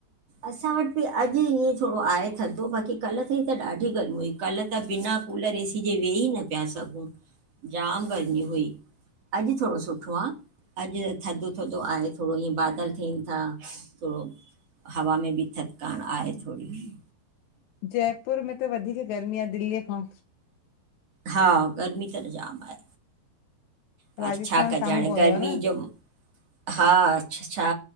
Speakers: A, on the right (about 40°); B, on the left (about 80°).
A: असां वट बि अॼु ईअं थोड़ो आहे थदो बाक़ी कल्ह ताईं त ॾाढी गर्म हुई। कल्ह त बिना कूलर एसी जे वेही न पिया सघूं जाम गर्मी हुई। अॼु थोरो सुठो आहे अॼु थधो थधो आहे थोरो इअं बादल थियनि था थोरो हवा में बि थध कार आए थोडी।
B: जयपुर में त वधीक गर्मी आ दिल्लीअ खां।
A: हा गर्मी त जामु आ पर
B: राजस्थान
A: छा कजे
B: साम्हूं
A: हाणे
B: पवंदो
A: गर्मी
B: आ न
A: जो हा अछछा